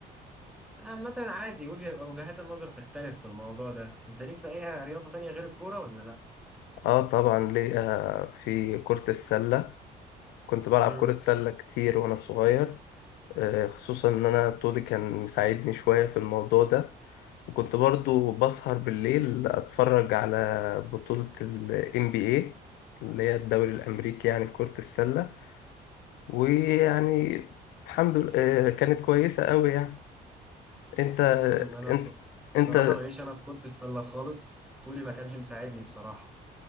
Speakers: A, in the centre; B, on the left.
A: عامة عادي وجه وجهات النظر تختلف في الموضوع ده أنت ليك في أي رياضة تانية غير الكورة ولا لا؟
B: اه طبعا ليه آه، في كرة السلة كنت بلعب
A: امم
B: كرة سلة كتير وأنا صغير آه، خصوصا إن أنا طولي كان مساعدني شوية في الموضوع ده وكنت برضو بسهر بالليل أتفرج على بطولة ال NBA اللي هي الدوري الأمريكي يعني في كرة السلة ويعني الحمد لله آه، كانت كويسة أوي يعني أنت
A: امم أنا
B: أنت
A: بص- بصراحة
B: أنت
A: ماليش أنا في كرة السلة خالص طولي ما كانش مساعدني بصراحة